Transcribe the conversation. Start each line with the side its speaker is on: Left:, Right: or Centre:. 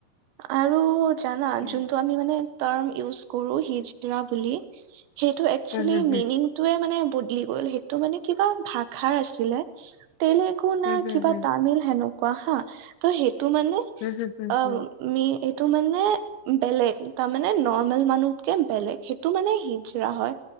Right: আৰু জানা
Left: উম,
Right: যোনটো আমি মানে টাৰম ইউজ কৰোঁ সিজটিৰা বুলি সেইটো একচুৱেলি
Left: হম, হম,
Right: মিনিং মিনিং টোৱে মানে বদলি গ'ল সেইটো মানে কিবা ভাষাৰ আছিলে তেলে টেলেগু না
Left: হম, হম, হম,
Right: কিবা
Left: হম,
Right: তামিল হেনেকুৱা হা ত সেইটো মানে
Left: হম, হম,
Right: অ
Left: হম,
Right: ম এইটো মানে বেলেগ তাৰমানে নৰ্মেল মানুহতকে বেলেগ সেইটো মানে হিজৰা হয়।